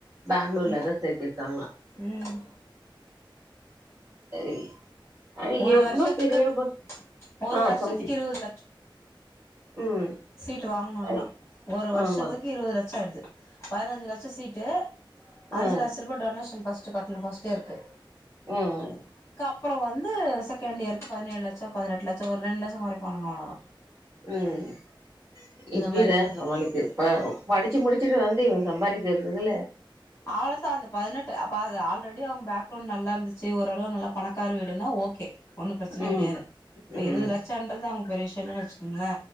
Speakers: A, on the right; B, on the left.
A: பெங்களூர்லதான்
B: ம்
A: சேத்திருக்காங்களா
B: ம்
A: ஐ ஐ
B: ஒரு
A: எவ்ளோ
B: வருஷத்துக்கு
A: பெரிய ஒரு
B: ஒரு
A: ஆ
B: வருஷத்துக்கு
A: சவன்டி
B: இருவது
A: ம்
B: சீட்டோ இன்னு ஒன்னா
A: ஐ,
B: ஒரு வருஷத்துக்கு
A: ஆமா
B: இருவது லட்சம் ஆயிடுது பதினஞ்சு லட்ச சீட்டு அஞ்சு
A: ஆ
B: லட்ச ரூபா டொனேஷன் ஃபஸ்ட்டு கட்னோ ஃப்ஸ்ட்டு இயருக்கு
A: ம்
B: அப்றம் வந்து செகண்ட் இயருக்கு பதினேழு லட்சம் பதினெட்டு லட்சம் ஒரு ரெண்டு லட்சம் கொறைப்பாங்களா அவ்ளோதான்
A: ம் எப்பிடி
B: மாரி
A: அத சமாளிக்றது ப படிச்சு முடிச்சு வச்சிட்டு வந்து இவன் சம்பாரிக்கிறதுக்குல்ல
B: அவ்ளோதான் அந்த பதினெட்டு அப்ப அது ஆல்ரெடி அவுங்க பேக்ரௌவுண்ட் நல்லா இருந்துச்சு செரி ஓரளவு நல்லா பணக்கார வீடுனா ஓகே ஒண்ணும் பிரச்சனை
A: ம்
B: கெடையாது இப்ப
A: ம்
B: இருபது லட்சங்கறது அவுங்க பெறிய விச சில்லன்னு வச்சிருக்கீங்களா